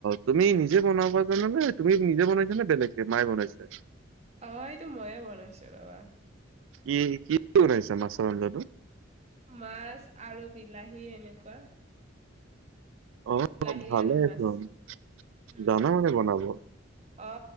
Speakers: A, on the right (about 75°); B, on the right (about 30°).
A: তুমি নিজে বনাবা জানানে তুমি নিজে বনাইছ নে বেলেগে মায়ে বনাইছে
B: অ এইটো ময়ে বনাইছো ৰবা
A: কি কি কি ওইছা মাছৰঞ্জাটো
B: মাছ আৰু বিলাহী এনেকুৱা
A: অ
B: বিলাহী
A: ভালে
B: আৰু মাছ
A: চোন
B: উম
A: জানা মানে বনাব।
B: অ